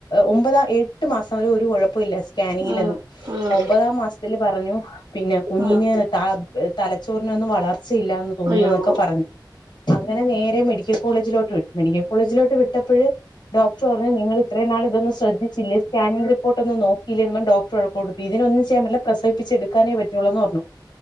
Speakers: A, on the left; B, on the right.
A: ഒമ്പത എട്ട് മാസം വരെ ഒരു കൊഴപ്പാെല്ല സ്കാനിങ്ങിലെന്നും
B: ഉം ഉം
A: ഒമ്പതാം മാസ്ത്തില് പറഞ്ഞു പിന്നെ കുഞ്ഞിന്
B: ഉം
A: ത തലച്ചോറിനൊന്നും വളർ ച്ച ഇല്ലാന്ന് തോന്നുന്നൊക്കെ
B: അയ്യോ
A: പറഞ്ഞു അങ്ങെനെ നേരെ മെഡിക്കൽ കോളേജിലോട്ട് വിട്ടു മെഡിക്കൽ കോളേജിലോട്ട് വിട്ടപ്പഴ് ഡോക്ടർ പറഞ്ഞു നിങ്ങൾ ഇത്രയും നാൾ ഇതൊന്നും ശ്രദ്ധിച്ചില്ലേ സ്കാനിംഗ് റിപ്പോട്ടൊന്നും നോക്കിയില്ലേന്നും പർഞ്ഞ് ഡോക്ടറ് വഴക്കാെട്ത്ത് ഇതിനൊന്ന് ചെയ്യാൻ പറ്റില്ല പ്രസവിപ്പിച്ചെട്ക്കാനേ പറ്റാെള്ളൂന്ന് പർഞ്ഞു